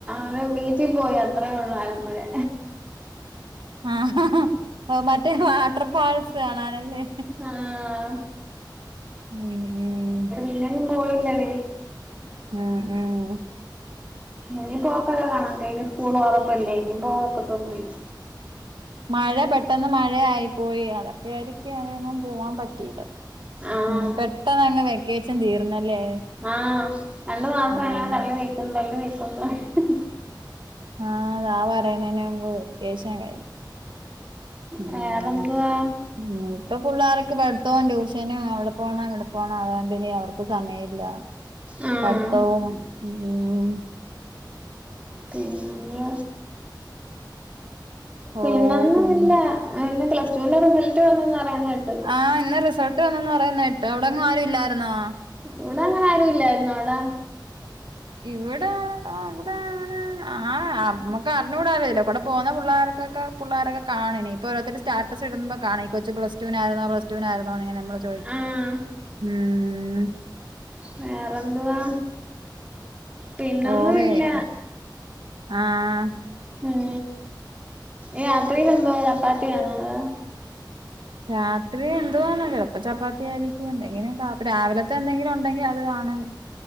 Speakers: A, on the right; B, on the right.
A: ഒരു ബീച്ചി പോയി അത്രേ ഉള്ളൂ ആലപ്പുഴേ.
B: ആ ഹാ ഹാ മറ്റേ വാട്ടർ പാള്സ് കാണാനല്ലേ?
A: ആഹ്
B: ഹ്ഹ്
A: എല്ലാരും പോയില്ലടി
B: ഉം ഉം
A: ഇനി പോക്കൊക്കെ കണക്കാ ഇനി സ്കൂള് തൊറപ്പല്ലേ ഇനി പോവാൻ ഒക്കത്തെന്നുമില്ല.
B: മഴ പെട്ടെന്ന് മഴയായിപോയി അതൊക്കെ ആയിരിക്കും അതെങ്ങും പോവാൻ പറ്റിയില്ല.
A: ആഹ്
B: ഉം പെട്ടെന്ന് അങ് വെക്കേഷൻ തീർന്നല്ലേ?
A: ആഹ് രണ്ടു മാസം
B: ഉം
A: എങ്ങനെ തള്ളി നീക്കുതള്ളി നീക്കുന്ന് പറഞ്ഞ്
B: ആഹ് ദാ പറയുന്നെ മുമ്പ് വൈക്കേഷൻ കഴിഞ്ഞു. ഉം
A: വേറെന്തുവാ?
B: ഉം ഇപ്പൊ പിള്ളോർക്ക്പഠിത്തവും ട്യൂഷനും അവിടെ പോണം ഇവിടെ പോണം അത് കൊണ്ട്നി അവർക്ക് സമയമല്ല.
A: ആഹ്
B: പഠത്തവും ഉം
A: പിന്നെ
B: ഓ
A: പിന്നൊന്നും
B: പിന്നെ
A: ഇല്ല പ്ലസ് ടുവിന്റെ റിസൾട്ട് വന്നന്ന് പറയുന്ന കേട്ട്
B: ആഹ് ഇന്ന് റിസർട്ട് വന്നന്ന് പറയുന്ന കേട്ട് അവിടങ്ങും ആരും ഇല്ലായിരുന്നോ?
A: ഇവിടെ അങ്ങനെ ആരു ഇല്ലായിരുന്നു. അവിടെ?
B: ഇവിടെ ഇവിടാണ് ആ നമ്മക്ക് അറിഞ്ഞുടാലല്ലോ ഇവി പോകുന്ന പിള്ളേൊക്കൊക്കെ പിള്ളോരൊക്കെ കാണും. ഇനി ഇപ്പോ ഓരോരുത്തര് സ്റ്റാറ്റസ് ഇടുമ്പോൾ കാണാം. ഈ കൊച്ച് പ്ലസ് ടുവിനാരുന്നോപ്ലസ് ടുവിനായിരുന്നോ എന്ന് നമ്മൾ ചോദിക്കും.
A: ആഹ്
B: ഉം
A: വേറെന്തുവാ? പിന്നൊന്നും
B: ഓയർ
A: ഇല്ല
B: ആഹ്
A: ഉം രാത്രിയിലെന്തു വാചപ്പാത്തിയാണോ? അതോ?
B: രാത്രി എന്തുവാന്നോ ചെപ്പപ്പോ ചപ്പാത്തി അയിരിക്കുംഎന്തെങ്കിലും കാ ഇപ്പ രാവിലത്തെ എന്തെങ്കിലും ഉണ്ടെങ്കിൽ അത് കാണും